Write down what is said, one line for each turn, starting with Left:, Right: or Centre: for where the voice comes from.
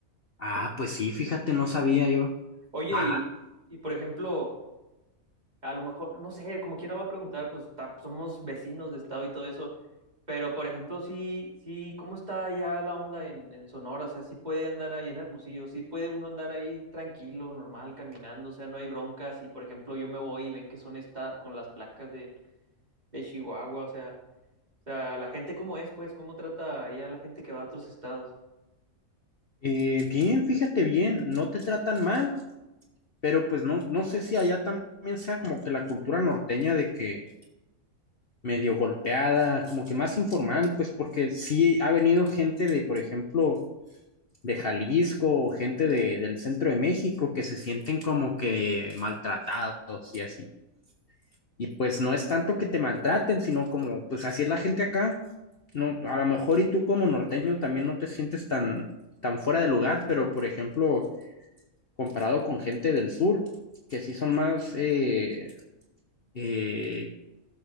Left: Ah, pues sí, fíjate, no sabía yo.
Right: Oye,
Left: Ah,
Right: y, y por ejemplo, a lo mejor, no sé, como quiera va a preguntar, pues ta- somos vecinos de estado y todo eso. Pero por ejemplo, sí, sí, ¿cómo está ya la onda en, en Sonora? O sea, sí puede andar ahí en Hermosillo, sí puede uno andar ahí tranquilo, normal, caminando, o sea, no hay broncas. Y por ejemplo, yo me voy y ven que son esta con las placas de, de Chihuahua, o sea, o sea, la gente cómo es, pues, cómo trata ahí a la gente que va a otros estados.
Left: eh, bien, fíjate bien, no te tratan mal, pero pues no, no sé si allá también sea como que la cultura norteña de que medio golpeada, como que más informal, pues porque sí ha venido gente de, por ejemplo, de Jalisco o gente de, del centro de México que se sienten como que maltratados y así. Y pues no es tanto que te maltraten, sino como, pues así es la gente acá. No,
Right: Ah,
Left: a lo mejor y tú como norteño también no te sientes tan, tan fuera de lugar, pero por ejemplo, comparado con gente del sur, que sí son más eh, eh,